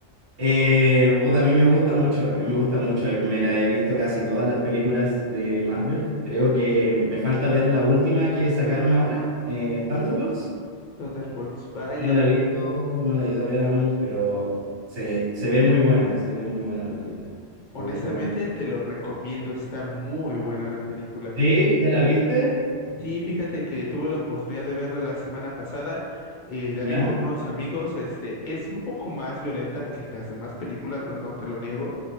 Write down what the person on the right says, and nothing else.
Eh, puta, a mí me gusta mucho, a mí me gusta mucho. eh, Me la he visto casi todas las películas de Marvel. Creo que me falta ver la última que sacaron ahora, eh, Thunderbolts.
No la he visto, no la he ido a ver aún, pero se, se ve muy buena, se ve muy buena la película.
Me gustó.
Sí, ¿ya la viste?
¿Ya?